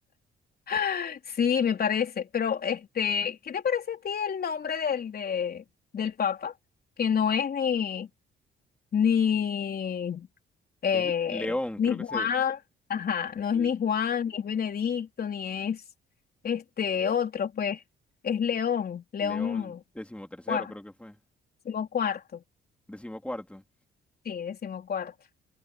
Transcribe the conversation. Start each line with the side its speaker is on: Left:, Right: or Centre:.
Left: <gasps> Sí, me parece. Pero, este, ¿qué te parece a ti el nombre del, de, del Papa? Que no es ni, ni, eh,
Centre: Es L- León,
Left: ni
Centre: creo que
Left: Juan,
Centre: se...
Left: ajá, no es
Centre: L-
Left: ni Juan, ni es Benedicto, ni es este otro, pues, es León, León
Centre: León decimotercero,
Left: cuarto,
Centre: creo que fue,
Left: decimocuarto,
Centre: decimocuarto.
Left: sí, decimocuarto.